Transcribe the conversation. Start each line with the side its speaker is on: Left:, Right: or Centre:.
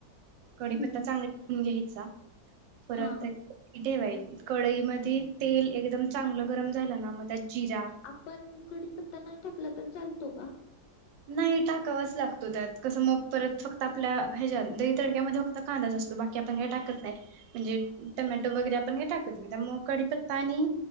Right: कडीपत्ता
Left: हम्म
Right: चांगला धुन घ्यायचा. परत
Left: हा
Right: एक ठेवाय कडईमध्ये तेल एकदम चांगलं गरम झालं ना, मग त्यात जिरा
Left: आपण कडीपत्ता नाही टाकला तर चालतो का?
Right: नाही टाकावाच लागतो त्यात. कसं मग परत फक्त आपल्या ह्याज्यात दही तडक्यामध्ये फक्त कांदाच असतो बाकी आपण काही टाकत नाही. म्हणजे टमॅटो वगैरे आपण काय टाकत नाही त्यामुळे कडीपत्ता आणि